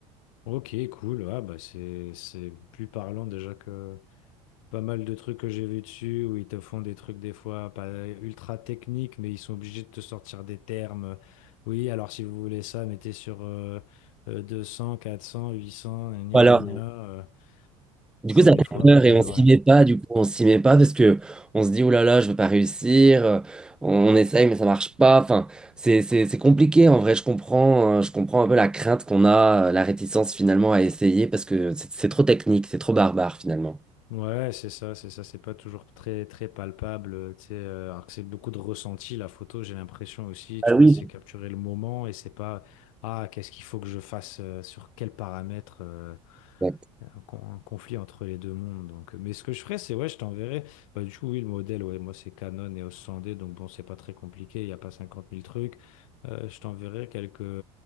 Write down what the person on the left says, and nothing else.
Ok, cool. Ah, bah c'est c'est plus parlant déjà que pas mal de trucs que j'ai vu dessus où ils te font des trucs des fois pas ultra techniques, mais ils sont obligés de te sortir des termes. Oui, alors si vous voulez ça, mettez sur euh, euh, 200, 400, 800, gna
gna gna. gna. Euh,
C'est
des
fois un
peu.
Ouais.
Ouais, c'est ça, c'est ça, c'est pas toujours très très palpable, euh, tu sais, euh, alors que c'est beaucoup de ressenti, la photo, j'ai l'impression aussi,
tu
vois, c'est capturer le moment et c'est pas, ah, qu'est-ce qu'il faut que je fasse, euh, sur quels paramètres, euh,
il y a un, con- un conflit entre les deux mondes. Donc. euh, Mais ce que je ferais, c'est ouais, je t'enverrai. Bah, du coup, oui, le modèle, ouais, moi, c'est Canon et EOS 100D, donc bon, c'est pas très compliqué, il n'y a pas cinquante mille trucs. Euh, je t'enverrai quelques,